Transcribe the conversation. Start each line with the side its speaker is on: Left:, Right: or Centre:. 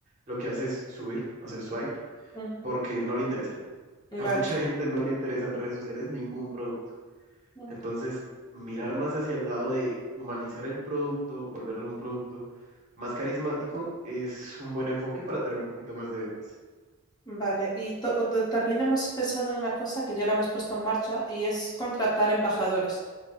Right: lo que hace es subir, hacer swipe,
Left: ujú,
Right: porque no le interesa.
Left: Vale.
Right: A mucha gente no le interesa en redes sociales ningún producto.
Left: sí.
Right: Entonces, mirar más hacia el lado de humanizar el producto, volverlo un producto más carismático, es un buen enfoque para tener un poquito más de ventas.
Left: Vale, y to- o- to- también hemos pensado en una cosa que ya la hemos puesto en marcha y es contratar embajadores